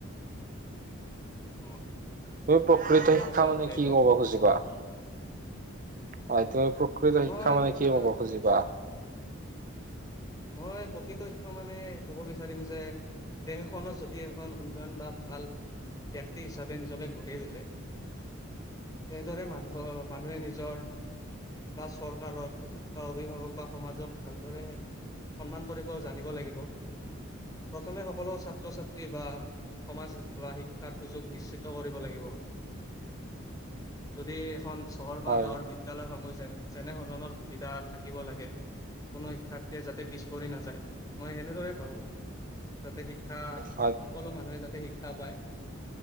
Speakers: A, on the left (about 15°); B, on the right (about 40°).
A: অ
B: তুমি প্ৰকৃত
A: ভাল কথা
B: শিক্ষা
A: কৈছে
B: মানে,
A: আপুনি এইটো
B: কি কব খুজিবা। হয়, তুমি প্ৰকৃত
A: মই
B: শিক্ষা মানে
A: প্ৰকৃত
B: কি কব খুজিবা।
A: মই প্ৰকৃত শিক্ষা মানে ক'ব বিচাৰিম যে, দেশখনত য এখন উন্নয়ন বা ভাল ব্যক্তি, হিচাপে নিজকে গঢ়ি তোলে। এইদৰে মানুহৰ, মানুহে নিজৰ। বা চৰকাৰত, বা অভিভাৱক বা সমাজক ভালদৰে। সন্মান কৰিব জানিব লাগিব। প্ৰথমে সকলো ছাত্ৰ-ছাত্ৰী বা সমাজ বা শিক্ষাৰ সুযোগ নিশ্চিত কৰিব লাগিব। যদি, এখন চহৰ বা
B: হয়
A: গাঁৱৰ বিদ্যালয়সমূহ যেনে, যেনে ধৰণৰ। সুবিধা থাকিব লাগে কোনো শিক্ষাৰ্থীয়ে যাতে পিছ পৰি নাযায় মই সেনেদৰে ভাবোঁ যাতে শিক্ষা,
B: হয়।
A: সকলো মানুহে যাতে শিক্ষা পায়।